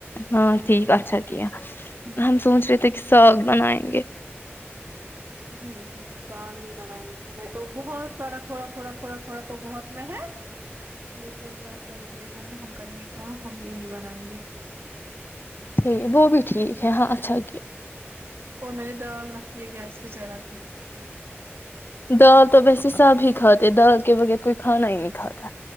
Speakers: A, on the left; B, on the right.
A: ہاں ٹھیک اچھا کہ
B: ہوں
A: ہم سوچ رہے تھے کہ ساگ بنائےیں ہمے
B: جی ج تو آ بھی بنائیں گے ہمیں تو بہت سارا تھوڑا تھوڑا تھڑا تھوڑا تو بہت میں ہے لیکن میں کیسل ج گے ہم کریں گے کام ہم یہ نہیں بنائیں گے
A: ٹھیک وہ بھی ٹھیک ہے ہاں اچھا کیا
B: اور میں نے دال رکھی ہے گیس پہ چڑھا کے
A: دال تو ویسے سب ہی کھاتے دال کے بغیر کوئی کھانا ہی نہیں کھاتا